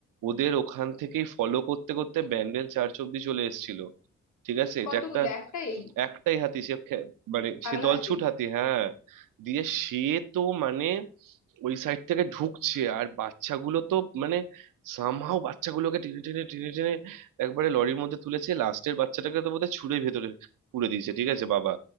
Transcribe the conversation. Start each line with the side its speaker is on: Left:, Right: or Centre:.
Right: ওদের ওখান থেকেই ফলো করতে করতে ব্যান্ডেল চার্চ অব্দি চলে এসেছিল ঠিক আছে এটা
Left: কতগুলো
Right: একটা
Left: একটাই
Right: একটাই হাতি সে খে- মানে
Left: পাগলা
Right: সে দলছুট
Left: হাতি
Right: হাতি হ্যাঁ দিয়ে সে তো মানে ওই সাইড থেকে ঢুকছে আর বাচ্চাগুলো তো মানে সামহাও বাচ্চাগুলোকে টেনে টেনে টেনে টেনে একবারে লরির মধ্যে তুলেছে লাস্টের বাচ্চাটাকে তো বোধহয় ছুঁড়ে ভেতরে পুরে দিয়েছে ঠিক আছে বাবা